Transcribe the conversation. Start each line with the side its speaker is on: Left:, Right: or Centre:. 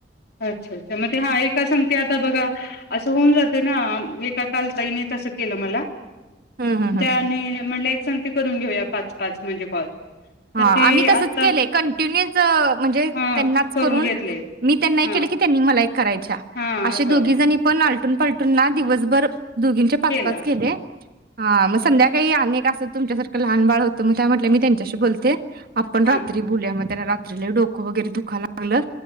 Left: अच्छा अच्छा मग ते हा एका संगती आता बघा आसं होऊन जाते ना एका काल ताईने तसं केलं मला
Right: हम्म हम्म
Left: त्या
Right: हम्म
Left: आणि म्हणले संगती करून घेऊया पाच, पाच म्हणजे कॉल
Right: हा
Left: तर ते
Right: आम्ही तसच
Left: आता
Right: केले कन्टिनीयूचं म्हणजे
Left: हा
Right: तेनाच करून
Left: घेतले
Right: मी त्यांना एक
Left: हा
Right: केलं की त्यांनी मला करायच्या
Left: हा
Right: आशे
Left: असं
Right: दोघी जणी पण आल आलटून पलटून ना दिवसभर दोघींचे पाच,
Left: केला
Right: पाच केले हा मग संध्याकाळी आणि आस तुमच्यासारखं लहान बाळ होतं म त्या म्हटल्या मी त्यांच्याशी बोलतो. ते आपण
Left: हा
Right: रात्री बोलूया म तेनाला म्हणजे लई डोकं वगैरे दुखा लागलं